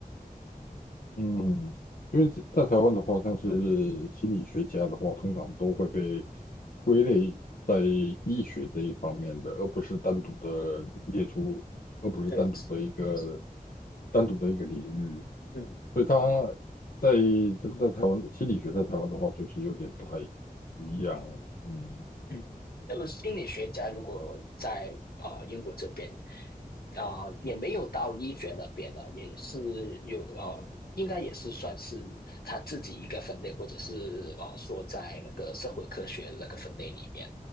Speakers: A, on the left; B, on the left.
A: 嗯，因为是在台湾的话，像是心理学家的话，通常都会被归类在医学这一方面的，而不是单独的列出，而不是单独的一个
B: 对，
A: 单独的一个领域。
B: 嗯。
A: 所以他在这个在台湾心理学在台湾的话，就是有点不太一样。嗯
B: 嗯，就是心理学家如果在啊、呃英国这边啊、呃也没有到医学那边了，也是有呃，应该也是算是他自己一个分类，或者是呃说在那个社会科学那个分类里面。